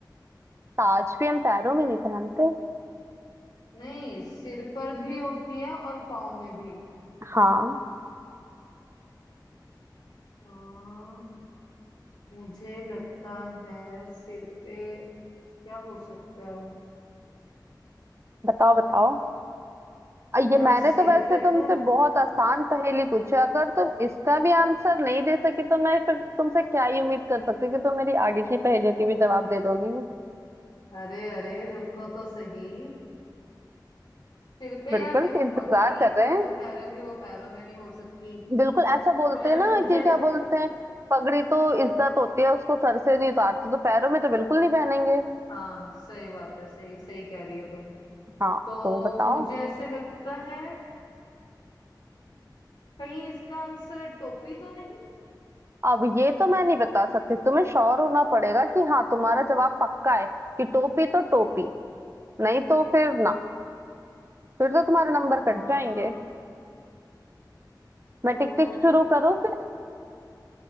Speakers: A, on the right (about 35°); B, on the left (about 85°).
A: ताज भी हम पैरों में नहीं पहनते
B: नहीं सिर पर भी होती है और पाँव में भी
A: हाँ
B: हाँ मुझे लगता है सिर पे क्या हो सकता है
A: बताओ बताओ अ, ये
B: यार
A: मैंने
B: सिर
A: तो वैसे
B: पे
A: तुमसे
B: तो
A: बहुत आसान पहेली पूछी अगर तुम इसका भी आंसर नहीं दे सकी तो मैं फिर तुमसे क्या ही उम्मीद कर सकती हूँ कि तुम मेरी आगे की पहेलियों के
B: अ-
A: भी जवाब दे दोगी
B: अरे अरे रुको तो सही सिर पे
A: बिल्कुल
B: यार देखो
A: इंतजार
B: पगड़ी
A: कर
B: तो
A: रहे हैं
B: तुम कह रहे हो कि वो पैरों में नहीं हो सकती
A: बिल्कुल ऐसा बोलते
B: पर
A: हैं ना
B: मुझे
A: कि क्या
B: लग
A: बोलते हैं पगड़ी तो इज्जत होती है उसको सर से नहीं उतारते तो पैरों में तो बिल्कुल नहीं पहनेंगे
B: हाँ सही बात है सही सही कह रही हो तुम
A: हाँ
B: तो
A: तो बताओ
B: मुझे ऐसे लगता है कहीं इसका आंसर टोपी तो नहीं
A: अब ये तो मैं नहीं बता सकती तुम्हें श्योर होना पड़ेगा कि हाँ तुम्हारा जवाब पक्का है कि टोपी तो टोपी नहीं तो फिर ना फिर तो तुम्हारे नंबर
B: हाँ
A: कट जाएंगे मैं
B: तो
A: टिक टिक शुरू करूँ फिर